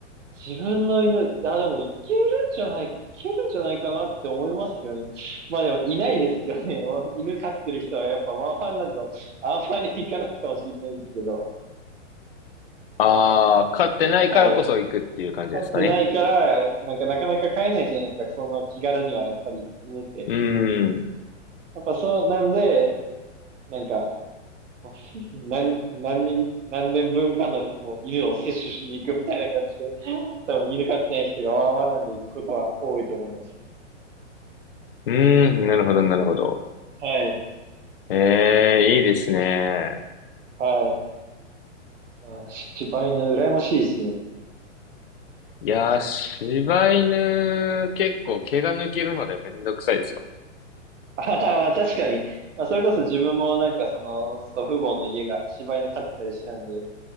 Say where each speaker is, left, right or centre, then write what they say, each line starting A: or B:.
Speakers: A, on the right (about 75°); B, on the left (about 50°).
A: 自分の犬、あ、でもいけるんじゃない、いけるんじゃないかなって思いますけどね。まあでもいないですけどね。<laughs> 犬飼ってる人はやっぱマンハンランドあんまり行かないかもしれないですけど。
B: あー、飼ってないからこそ行くっていう感じですかね。
A: はい。飼ってないから、なんかなかなか飼えないじゃないですか。その気軽にはやっぱり犬って。
B: うーん。う
A: やっぱそうなんで、なんか、<laughs> 何、何人、何年分かのもう犬を摂取しに行くみたいな感じで、多分犬飼ってない人がワンワンランド行くことは多いと思いますね。
B: ーん、なるほど、なるほど。
A: はい、
B: ええ、いいですね。
A: はい。あ、柴犬羨ましいですね。
B: いやー、柴犬、結構毛が抜けるのでめんどくさいですよね
A: あははまあ確かに。まあ、それこそ自分もなんかその祖父母の家が柴犬飼ってたりしてたんで、